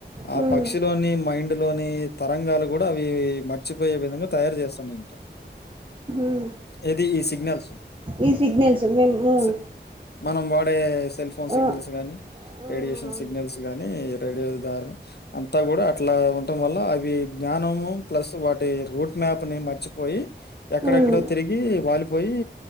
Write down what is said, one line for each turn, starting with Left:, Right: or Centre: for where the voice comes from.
Left: ఆ
Right: మ్మ్,
Left: పక్షిలోని మైండులోని తరంగాలు కూడా అవి మర్చిపోయే విధంగా తయారు చేస్త <unintelligible>
Right: మ్మ్.
Left: ఏది ఈ సిగ్నల్స్
Right: ఈ సిగ్నల్స్ మేము మ్మ్,
Left: స మనం వాడే సెల్ ఫోన్ సిగ్నల్స్
Right: ఆ,
Left: గానీ
Right: ఆ,
Left: రేడియేషన్
Right: అవును
Left: సిగ్నల్స్ గానీ రేడియో ద్వార అంతా కూడా అట్లా ఉండటం వల్ల అవి జ్ఞానము ప్లస్ వాటి రూట్ మ్యాప్ నే మరిచిపోయి ఎక్కడెక్కడో
Right: మ్మ్.
Left: తిరిగి వాలిపోయి